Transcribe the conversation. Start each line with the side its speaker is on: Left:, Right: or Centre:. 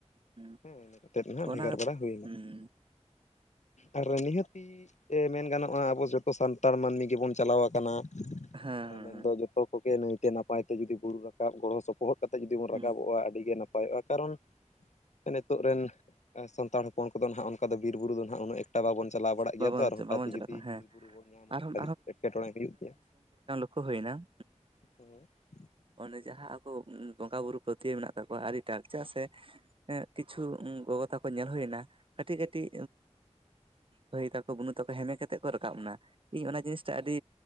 Right: ᱦᱩᱸ
Left: ᱦᱮᱸ ᱤᱱᱟᱹ ᱠᱟᱛᱮᱫ ᱱᱟᱜ ᱵᱷᱮᱜᱟᱨ
Right: ᱚᱱᱟ
Left: ᱵᱟᱲᱟ ᱦᱩᱭᱱᱟ
Right: ᱦᱩᱸ
Left: ᱟᱨ ᱱᱤᱦᱟᱹᱛᱤ ᱢᱮᱱ ᱜᱟᱱᱚᱜ-ᱟ ᱟᱵᱚ ᱡᱚᱛᱚ ᱥᱟᱱᱛᱟᱲ ᱢᱟᱹᱱᱢᱤ ᱜᱮᱵᱚᱱ ᱪᱟᱞᱟᱣ ᱠᱟᱱᱟ
Right: ᱦᱮᱸ
Left: ᱢᱮᱱᱫᱚ
Right: ᱦᱮᱸ
Left: ᱡᱚᱛᱚ ᱠᱚᱜᱮ ᱱᱟᱭ ᱛᱮ ᱱᱟᱯᱟᱭ ᱛᱮ ᱡᱩᱫᱤ ᱵᱩᱨᱩ ᱨᱟᱠᱟᱵ ᱜᱚᱲᱚ ᱥᱚᱯᱚᱦᱚᱫ ᱠᱟᱛᱮ ᱡᱩᱫᱤ ᱵᱚᱱ
Right: ᱦᱮᱸ
Left: ᱨᱟᱠᱟᱵᱚᱜ-ᱟ ᱟᱹᱰᱤᱜᱮ ᱱᱟᱯᱟᱭᱚᱜ-ᱟ ᱠᱟᱨᱚᱱ ᱱᱤᱛᱚᱜ ᱨᱮᱱ ᱥᱟᱱᱛᱟᱲ ᱦᱚᱯᱚᱱ ᱠᱚᱫᱚ ᱱᱟᱦᱟᱜ ᱚᱱᱠᱟ ᱫᱚ ᱵᱤᱨ ᱵᱩᱨᱩ ᱫᱚ ᱱᱟᱦᱟᱜ ᱩᱱᱟᱹᱜ ᱮᱠᱴ ᱜᱚᱴᱟ ᱵᱟᱵᱚᱱ ᱪᱟᱞᱟᱣ ᱵᱟᱲᱟᱜ
Right: ᱵᱟᱵᱚᱱ
Left: ᱜᱮᱭᱟ ᱛᱚ ᱟᱨ ᱦᱚᱴᱟ
Right: ᱵᱟᱵᱚᱱ
Left: ᱛᱮ
Right: ᱪᱟᱞᱟᱜ
Left: ᱡᱩᱫᱤ
Right: ᱠᱟᱱᱟ ᱦᱮᱸ
Left: ᱵᱤᱨ ᱵᱩᱨᱩ ᱵᱚᱱ ᱧᱟᱢᱟ
Right: ᱟᱨᱦᱚᱸ
Left: ᱠᱟᱴᱤᱡ ᱮᱴᱠᱮᱴᱚᱬᱮ ᱦᱩᱭᱩᱜ ᱜᱮᱭᱟ᱾
Right: ᱟᱜᱩ ᱦᱩᱭ ᱱᱟ
Left: ᱡᱮ <inaudible>
Right: ᱚᱱᱮ ᱡᱟᱦᱟᱸ ᱟᱠᱚ ᱵᱚᱸᱜᱟ ᱵᱩᱨᱩ ᱯᱟᱹᱛᱤᱭᱟᱹᱣ ᱢᱮᱱᱟᱜ ᱛᱟᱠᱚᱣᱟ ᱟᱹᱰᱤᱴᱟᱜ ᱪᱟᱜ ᱥᱮ ᱮᱜ ᱠᱤᱪᱷᱩ ᱜᱚᱜᱚ ᱛᱟᱠᱚ ᱧᱮᱞ ᱦᱩᱭᱱᱟ ᱠᱟᱹᱴᱤᱡ ᱠᱟᱹᱴᱤᱡ ᱢᱟᱭ ᱛᱟᱠᱚ ᱵᱩᱱᱩ ᱛᱟᱠᱚ ᱦᱮᱢᱮ ᱠᱟᱛᱮᱫ ᱠᱚ ᱨᱟᱠᱟᱵ ᱱᱟ᱾ ᱤᱧ ᱚᱱᱟ ᱡᱤᱱᱤᱥᱴᱟᱜ ᱟᱹᱰᱤ